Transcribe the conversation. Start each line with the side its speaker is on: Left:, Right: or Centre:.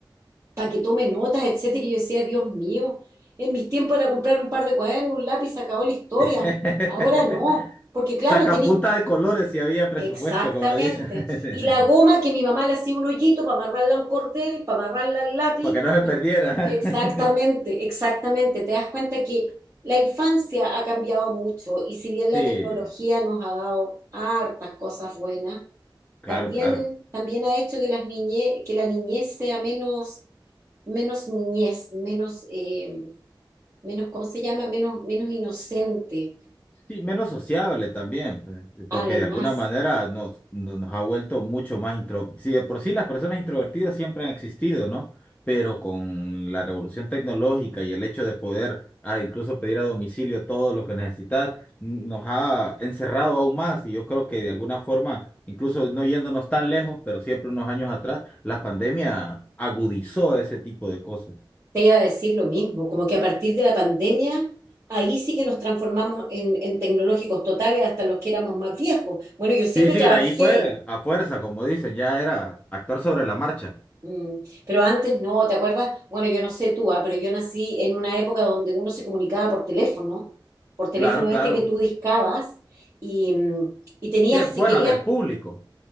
Right: para que tome notas, etcétera. Y yo decía, Dios mío, en mis tiempos era comprar un par de cuadernos, un lápiz, se acabó la historia.
Left: <laughs>
Right: Ahora no, porque claro,
Left: Sacapunta
Right: tenéis
Left: de colores si había presupuesto,
Right: Exactamente.
Left: como dicen, <laughs>
Right: Y la goma que mi mamá le hacía un hoyito para amarrarla a un cordel, para amarrarla al lápiz.
Left: para que no se perdiera. <laughs>
Right: Exactamente, exactamente. Te das cuenta que la infancia ha cambiado mucho y si bien la
Left: Sí,
Right: tecnología nos ha dado hartas cosas buenas,
Left: claro,
Right: también,
Left: claro.
Right: también ha hecho que, las niñe- que la niñez sea menos, menos niñez, menos, eh, menos, ¿cómo se llama? Menos, menos inocente.
Left: Sí, menos sociable también, pues, porque
Right: Además.
Left: de alguna manera nos, no- nos ha vuelto mucho más intro. Sí, de por sí las personas introvertidas siempre han existido, ¿no? Pero con la revolución tecnológica y el hecho de poder ah, incluso pedir a domicilio todo lo que necesitas, n- nos ha encerrado aún más. Y yo creo que de alguna forma, incluso no yéndonos tan lejos, pero siempre unos años atrás, la pandemia agudizó ese tipo de cosas.
Right: Te iba a decir lo mismo, como que a partir de la pandemia, ahí sí que nos transformamos en, en tecnológicos totales hasta los que éramos más viejos. Bueno, yo siempre
Left: Sí, sí,
Right: trabajé,
Left: ahí fue a fuerza, como dicen, ya era actor sobre la marcha.
Right: mm, pero antes no, ¿te acuerdas? Bueno, yo no sé tú, ah, pero yo nací en una época donde uno se comunicaba por teléfono, por teléfono
Left: Claro, claro.
Right: este que tú discabas, y, mm, y tenías,
Left: Sí, el- bueno,
Right: si querías,
Left: el público,